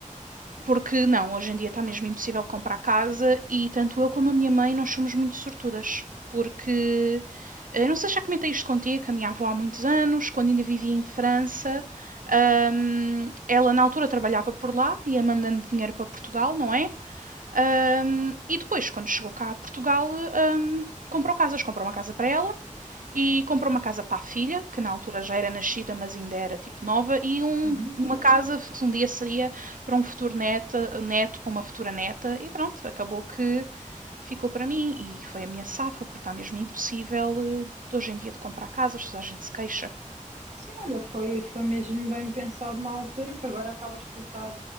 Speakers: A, on the right; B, on the right.
A: Porque não, hoje em dia está mesmo impossível comprar casa e tanto eu como a minha mãe nós somos muito sortudas. Porque, eh, eu não sei se já comentei isto contigo, que a minha avó há muitos anos, quando ainda vivia em França, hum, ela na altura trabalhava por lá, ia mandando dinheiro para Portugal, não é? Um, e depois, quando chegou cá a Portugal, um, comprou casas. Comprou uma casa para ela e comprou uma casa para a filha, que na altura já era nascida, mas ainda era tipo nova, e um-
B: uhum.
A: uma casa que um dia seria para um futuro neta, neto, para uma futura neta. E pronto, acabou que ficou para mim e foi a minha safa, porque está mesmo impossível eh, de hoje em dia de comprar casas, toda a gente se queixa.
B: Sim, olha, foi, foi mesmo bem pensado na altura, porque agora acabas por estar,